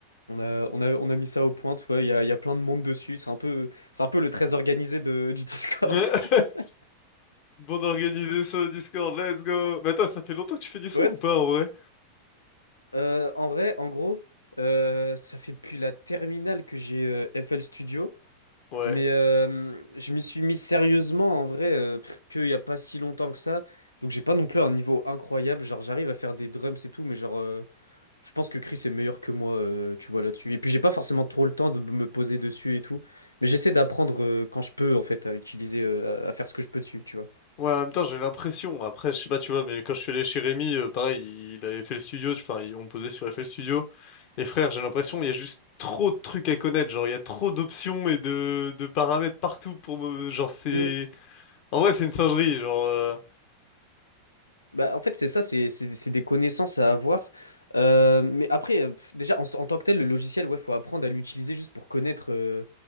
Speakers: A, on the left; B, on the left.
A: on a, on a, on a mis ça au point. Tu vois, il y a, il y a plein de monde dessus. C'est un peu, c'est un peu le très organisé de, du <laughs> Discord.
B: <laughs>
A: <laughs>
B: Bande organisée sur le Discord, let's go. Mais attends, ça fait longtemps que tu fais du son
A: Ouais,
B: ou pas en vrai?
A: Euh, en vrai, en gros, euh, ça fait depuis la terminale que j'ai euh, FL Studio,
B: Ouais.
A: mais euh, je m'y suis mis sérieusement en vrai euh, pff, qu'il n'y a pas si longtemps que ça. Donc j'ai pas non plus un niveau incroyable, genre j'arrive à faire des drums et tout, mais genre euh, je pense que Chris est meilleur que moi, euh, tu vois là-dessus. Et puis j'ai pas forcément trop le temps de me poser dessus et tout, mais j'essaie d'apprendre euh, quand je peux en fait à utiliser, euh, à à faire ce que je peux dessus, tu vois.
B: Ouais, en même temps, j'ai l'impression, après, je sais pas, tu vois, mais quand je suis allé chez Rémi, euh, pareil, il avait fait le studio, enfin, ils ont posé sur FL Studio. Et frère, j'ai l'impression, il y a juste trop de trucs à connaître, genre, il y a trop d'options et de, de paramètres partout pour me, genre, c'est,
A: Hmm.
B: en vrai, c'est une singerie, genre, euh,
A: Bah, en fait, c'est ça, c'est c'est- c'est des connaissances à avoir. Euh, mais après, euh, pff, déjà, en, en tant que tel, le logiciel, ouais, faut apprendre à l'utiliser juste pour connaître euh,